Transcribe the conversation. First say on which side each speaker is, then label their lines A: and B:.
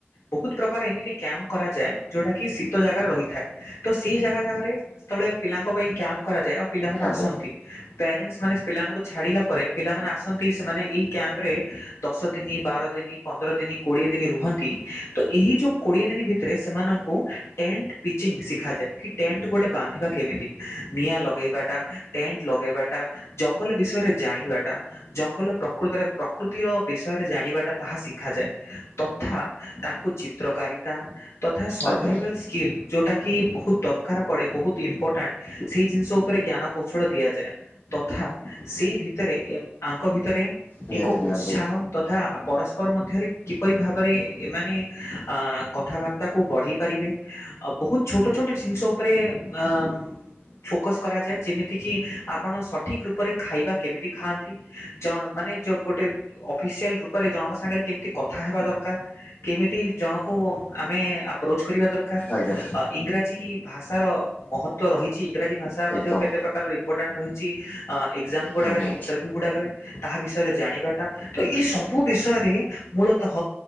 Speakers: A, on the left; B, on the left.
A: ବହୁତ ପ୍ରକାର ଏମିତି କ୍ୟାମ୍ପ କରାଯାଏ ଯୋଉଟା କିି ଶୀତ ଜାଗାରେ ରହିଥାଏ। ତ ସେଇ ଜାଗା ଜାଗାରେ ସେତେବେଳେ ପିଲାଙ୍କ ପାଇଁ କ୍ୟାମ୍ପ କରାଯାଏ ଆଉ ପିଲାମାନେ
B: ଆଜ୍ଞା
A: ଆସନ୍ତି ପ୍ୟାରେଣ୍ଟ ମାନେ ପିଲାମାନଙ୍କୁ ଛାଡିଲା ପରେ ପିଲାମାନୋନ ଆସନ୍ତି ସେମାନେ ଏଇ କ୍ୟାମ୍ପରେ ଦଶ ଦିନି ବାର ଦିନ ପନ୍ଦର ଦିନ କୋଡିଏ ଦିନ ରୁହନ୍ତି ତ ଏହି ଯୋଉ କୋଡିଏ ଦିନ ଭିତ ରେ ସେମାନଙ୍କୁ ଟେଣ୍ଟ ପିଚିଂ ଶିଖାଯାଏ କି ଟେଣ୍ଟ ଗୋଟେ ବାନ୍ଧିବା କେମିତି ନିଆଁ ଲଗେଇବାଟା, ଟେଣ୍ଟ ଲଗେଇବାଟା, ଜଙ୍ଗଲ ବିଷୟରେ ଜାଣିବାଟା ଜଙ୍ଗଲ ପ୍ରକୃତରେ ପ୍ରକୃତିର ବିଷୟରେ ଜାଣିବାଟା ତାହା ଶିଖାଯାଏ। ତଥା ତାଙ୍କୁ ଚିତ୍ରକାରୀ ତା ତଥା ସର୍ଭାଇଭାଲ୍
B: ଆଜ୍ଞା
A: ସ୍କିଲ୍ ଯୋଉଟାକି ବହୁତ ଦରକାର ପଡ଼େ, ବହୁତ ଇମ୍ପୋର୍ଟାଣ୍ଟ ସେଇ ଜିନିଷ ଉପରେ ଜ୍ଞାନ କୌଶଳ ଦିଆଯାଏ। ତଥା, ସେଇ ଭିତରେ ଆଙ୍କ ଭିତରେ
B: ନିହାତି
A: ଏକ
B: ନିହାତି
A: ଉତ୍ସାହ ତଥ ତଥା ପରସ୍ପର ମଧ୍ୟରେ କିପରି ଭାବରେ ଏମାନେ ଅ କଥାବାର୍ ବାର୍ତ୍ତାକୁ ବଢ଼େଇ ପାରିବେ, ଆଉ ବହୁତ ଛୋଟ ଛୋଟ ଜିନିଷ ଉପରେ ଆମ୍ ଫୋକସ୍ କରାଯାଏ। ଯେମିତିକି ଆପଣ ସଠିକ୍ ରୂପରେ ଖାଇବା କେମିତି ଖାଆନ୍ତି? ଜଣ ମାନେ ଯ ଗୋଟେ ଅଫିସିଆଲ ରୂପରେ ଜଣଙ୍କ ସାଙ୍ଗରେ କେମିତି କଥା ହେବା ଦରକାର? କେମିତି ଜଣଙ୍କୁ ଆମେ ଆପ୍ରୋଚ କରିବା ଦରକା କାର?
B: ଆଜ୍ଞା
A: ଇଂରାଜୀ ଭାଷାର ମହତ୍ତ୍ୱ ରହିଛି ଇଂରାଜୀ ଭାଷା ମଧ୍ୟ
B: ଏକଦମ।
A: କେତେ ପ୍ରକା କାରର ଇମ୍ପୋର୍ଟାଣ୍ଟ ରହିଛି, ଆ ଏକ୍ଜାମ ଗୁଡ଼ାକରେ,
B: ହୁଁ ହୁଁ
A: ଇଣ୍ଟରଭ୍ୟୁ ଗୁଡ଼ାକରେ ତାହା ବିଷୟରେ ଜାଣିବାଟା, ତ ଏଇ ସବୁ ବିଷୟରେ ମୂଳତଃ